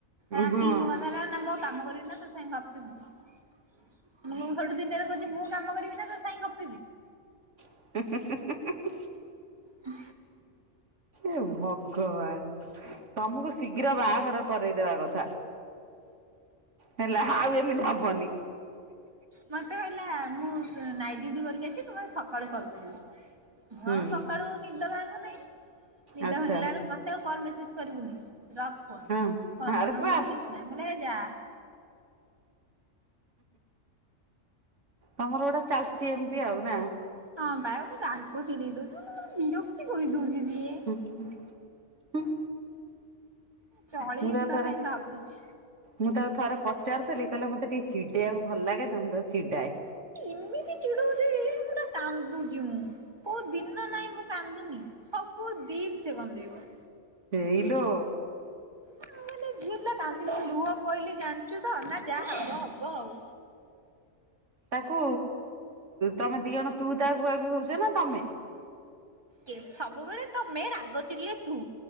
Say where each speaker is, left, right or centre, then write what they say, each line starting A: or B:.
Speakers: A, on the right; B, on the right.
A: ରାତିି
B: ହଁ
A: ମୁଁ କଥା ହେ ନା ମୁଁଉ କାମ କରିବି ନା ତୁ ସାଙ୍ଗେ ଗପିବୁ ମୁଁ ଘଟୁ ଦିନିଆରେ କହୁଛି ମୁଁ କାମ କରିବି ନା ତ ସାାଇ କ
B: ହ
A: ହ
B: ଏ ଭଗବାନ ତମକୁ ଶୀଘ୍ର ବାହାଘର କରେଇଦବା କଥା ହେଲେ ଆଉ ଏମିତି ହବନି
A: ମତେ କହିଲା ମୁଁ ନାଇଟ୍ ଡୁଟି କରିକି ଆସିି ତୁମେ ସକାଳୁ କଲ କରିବି ମୁଁ
B: ହୁଁ
A: ଆଉ ସକାଳୁ ନିଦ ଭାଙ୍ଗୁ ଦେଇ ନିଦ
B: ଆଚ୍ଛା।
A: ଭାଙ୍ଗିଲା ବେଳକୁ ମତେ ଆଉ କଲ୍ ମେସେଜ କରିବୁନି ରକ୍ ଫୋନ
B: ହଁ
A: ଫନ
B: ଆରେ
A: କରନ
B: ବା
A: ଉଠାଉନ କିଛି ନାହିଁ ଭଲେ ହେଇ ଯା
B: ତମର ଗୋଟା ଚାଲିଛି ଏମିତି ଆଉ ନା
A: ହଁ ଭେ ରାଗ ନେଇ ଦଉଛି ବିରକ୍ତି କରି ଦଉଛି ସିଏ
B: ହ ହ
A: ଚଳିବି
B: ମୁଁ ତା ଥରେ
A: ସାଙ୍ଗେ ଭାବୁଛି।
B: ମୁଁ ତା ଥରେ ପ -ଚାରୁଥିଲି, କହିଲା ମୋତେ ଟିକେ ଚିଡ଼େଇଆ କୁ ଭଲ୍ ଲାଗେ। ତ ମୁଁ ତାକୁ ଚିଡାଏ।
A: ଇମିତି ଚିଡଉଚି ପୁରା କାନ୍ଦୁଛି ମୁଁ। କଉ ଦିନ ନାଇଁ ମୁଁ କାନ୍ଦୁନି। ସବୁ ଦିନ୍‌ ସେ କନ୍ଦେଇବ।
B: ହେଇ ଲୋ
A: ମୁଁ କହିଲି ଝିଅ ପିଲା କାନ୍ଦିଲେ ଲୁହ ପଇଲେ ଜାଣିଚୁ ତ? ନା ଯାହା ହବ ହବ ଆଉ।
B: ତା'କୁ ତମେ ଦି ଜଣ ତୁ ତା କୁହାକୁହି ହଉଚ ନା ତମେ?
A: କେ, ସବୁବେଳେ ତମେ ରାଗ ଚିଡ଼ିଲେ ତୁ।